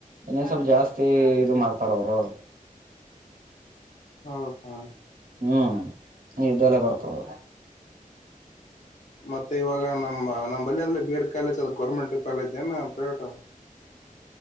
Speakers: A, on the right (about 80°); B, on the left (about 55°).
A: ಇ ಸ್ವಲ್ ಜಾಸ್ತಿ ಇದು ಮಾಡ್ತಾರ ಅವರು
B: ಹೌದಾ
A: ಹ್ಮ್ ಇದ್ದಲ್ಲ ಬರ್ತದ
B: ಮತ್ತೆ ಇವಾಗ ನಮ್ಮ್ ನಮ್ಮ್ಳ್ಳಯಂದ ಬಿ ಎಡ್ ಕಾಲೇಜ್ ಅದು ಗೌರ್ಮೆಂಟ್ ಕಾಲೇಜ್ ಏನ ಪ್ರೈವೇಟ್